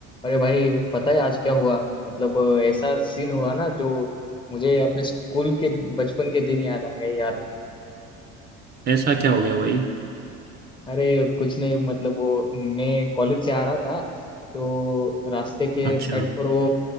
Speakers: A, on the left; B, on the right.
A: अरे भाई पता है आज क्या हुआ मतलब अ, ऐसा सीन हुआ ना जो मुझे अपने स्कूल के बचपन के दिन याद आ गए यार
B: ऐसा क्या हो गया भाई
A: अरे कुछ नहीं मतलब वो मैं कॉलेज से आ रहा था तो रास्ते के
B: अच्छा
A: साइड पर वो